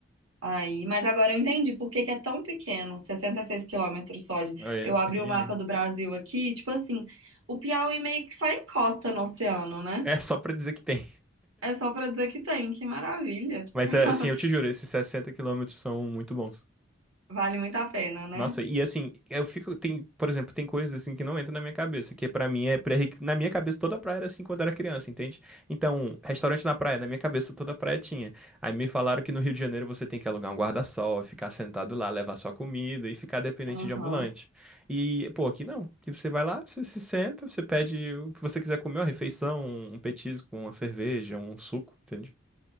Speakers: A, on the right; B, in the centre.
A: Aí, mas agora eu entendi por que que é tão pequeno, 66 quilômetros só de...
B: Olha,
A: Eu abri
B: pequenininho.
A: o mapa do Brasil aqui, tipo assim, o Piauí meio que só encosta no oceano, né?
B: É só pra dizer que tem.
A: É só pra dizer que tem, que maravilha.
B: Mas
A: <laughs>
B: é assim, eu te juro, esses 60 quilômetros são muito bons.
A: Vale muito a pena, né?
B: Nossa, e assim, eu fico, tem, por exemplo, tem coisas assim que não entram na minha cabeça, que pra mim é pré, na minha cabeça toda praia era assim quando eu era criança, entende? Então, restaurante na praia, na minha cabeça toda praia tinha. Aí me falaram que no Rio de Janeiro você tem que alugar um guarda-sol, ficar sentado lá, levar sua comida e ficar dependente
A: Aham.
B: de ambulante. E, pô, aqui não. Aqui você vai lá, você se senta, você pede o que você quiser comer, uma refeição, um petisco, uma cerveja, um suco, entende?